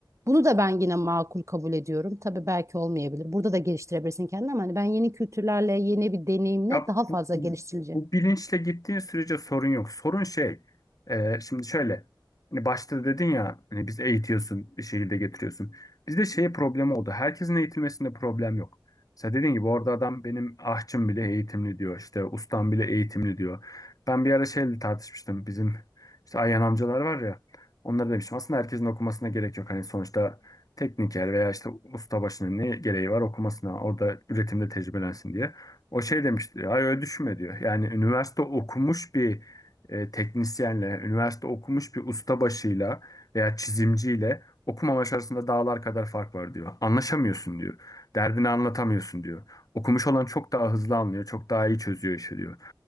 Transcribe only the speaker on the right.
Bunu da ben yine makul kabul ediyorum. Tabii belki olmayabilir. Burada da geliştirebilirsin kendini ama hani ben yeni kültürlerle, yeni bir deneyimle
daha fazla
geliştirileceğim.